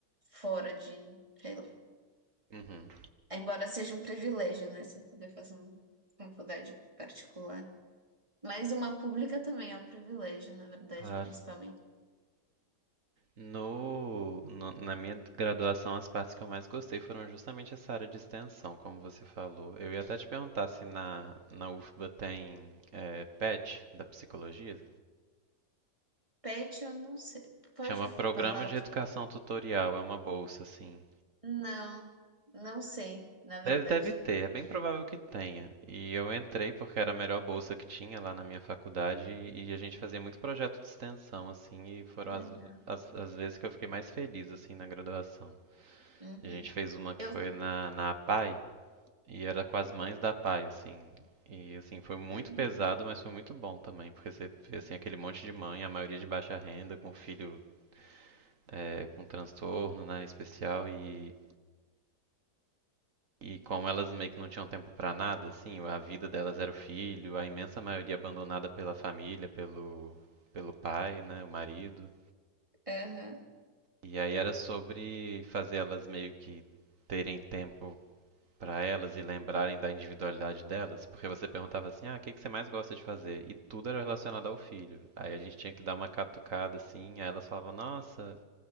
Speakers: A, on the right; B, on the right.
A: fora de, sei lá.
B: uhum.
A: Embora seja um privilégio, né? Você poder fazer uma faculdade particular. Mas uma pública também é um privilégio, na verdade,
B: Claro.
A: principalmente.
B: No, no- na minha graduação, as partes que eu mais gostei foram justamente essa área de extensão, como você falou. Eu ia até te perguntar se na, na UFBA tem eh, PET da psicologia.
A: Pet, eu não sei. Pode
B: Chama
A: falar
B: Programa de
A: o
B: Educação
A: que?
B: Tutorial, é uma bolsa, assim.
A: Não, não sei, na verdade.
B: Deve, deve ter, é bem provável que tenha. E eu entrei porque era a melhor bolsa que tinha lá na minha faculdade e, e a gente fazia muito projeto de extensão, assim, e foram
A: Que
B: as,
A: legal.
B: as, as vezes que eu fiquei mais feliz, assim, na graduação.
A: Uhum.
B: A gente fez uma que
A: Eu.
B: foi na, na APAE, E era com as mães da Pai, assim. E assim, foi muito
A: Uhum.
B: pesado, mas foi muito bom também, porque você vê assim, aquele monte de mãe, a maioria de baixa renda, com filho eh, com transtorno, né, especial, e, e como elas meio que não tinham tempo pra nada, assim, a vida delas era o filho, a imensa maioria abandonada pela família, pelo, pelo pai, né, o marido.
A: Aham.
B: E aí era sobre fazer elas meio que terem tempo para elas e lembrarem da individualidade delas, porque você perguntava assim, ah, o que que você mais gosta de fazer? E tudo era relacionado ao filho. Aí a gente tinha que dar uma catucada assim, aí elas falavam, nossa,